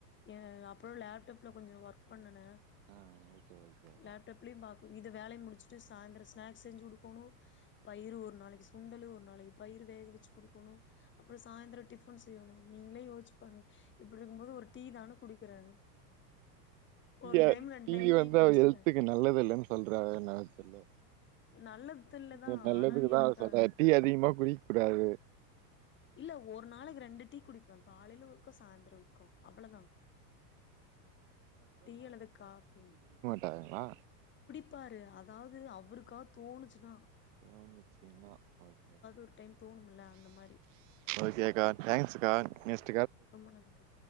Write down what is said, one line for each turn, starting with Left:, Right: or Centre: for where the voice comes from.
Left: ஏ அப்றோ லேப்டப்ல கொஞ்ச ஒர்க் பண்ணுனே
Right: ஆ ஓகே ஓகே
Left: லேப்டாப்லயு
Right: ணா
Left: பாக்க இது வேலய முடிச்சுட் ட் சாய்ந்தரம் ஸ்நாக்ஸ் செஞ்சு குடுக்கோணும் பயிறு ஒரு நாளை சுண்டல் ஒரு நாளை பயிறு வேக வச்சு குடுக்கோணும் அப்றம் சாய்ந்தரம் டிஃபன் செய்யணும் நீங்களே யோசிச்சிப் பாருங்க இப்டி இருக்கும்போது ஒரு டீ தான குடிக்கிறே ஒரு
Right: அ
Left: டைம் ரெண்டு
Right: டீ
Left: டைம்
Right: வந்து
Left: குடிச்சிருவே
Right: அவ ஹெல்த்துக்கு நல்லதுல்லன்னு சொல்றா ஏனா ஹலோ
Left: நல்லது இல்லதா
Right: உங்க நல்லதுகுதா
Left: ஆனா எனக்கு
Right: சொன்னே
Left: அது
Right: டீ அதிகமா குடிக் முடியாது
Left: இல்ல ஒரு நாளைக்கு ரெண்டு டீ குடிப்பே காலையில ஒரு க்கம் சாயந்தரம் விக்கம் அவ்ளோதான் டீ அல்லது காஃபி
Right: டாங்குளா
Left: குடிப்பாரு அதாவது அவுருக்கா தோணுச்சுனா
Right: தோனுச்சுனா ஓகே
Left: ஒரு டைம் தோணும்ல அந்த மாரி
Right: ஓகேக்கா தேங்க்ஸ் கா நெஸ்
Left: ரொம்ப நன்றி